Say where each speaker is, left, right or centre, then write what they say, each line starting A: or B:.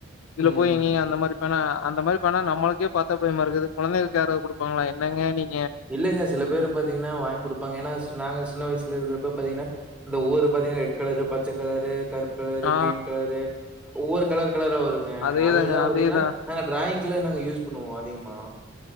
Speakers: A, on the left; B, in the centre.
A: இதுல
B: ம்.
A: போய் எங்கிங்க அந்த மாரி பேனா அந்த மாரி பேனா நமளுக்கே பாத்தா பயமா இருகுது கொழந்தைகலு யாராது கொடுபாங்ளா என்னங்க நீங்
B: இல்லிங்க சில பேரு பாத்தீங்னா வாங்கி குடுப்பாங்க ஏன்னா சி நாங்க சின்ன வய்ஸ் ல்லருக்கப்ப பாத்தீங்னா அந்த ஊரு பாத்தீங்னா ரெட் கலரு பச்ச கலரு கருப் கலரு
A: ஆ
B: கிரீன் கலரு ஒவ்வொரு கலர் கலரா வருங்க
A: அதேதாங்க
B: அதுலா
A: அதேதான்.
B: பாத்தீங்னா நாங்க டிராயிக்ல நாங்க யூஸ் பணுவோ அதிகமா